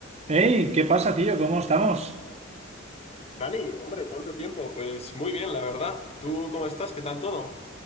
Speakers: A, on the right; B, on the left.
A: Hey, ¿qué pasa, tío? ¿Cómo estamos?
B: Dani, hombre, ¿cuánto tiempo? Pues muy bien, la verdad. ¿Tú cómo estás? ¿Qué tal todo?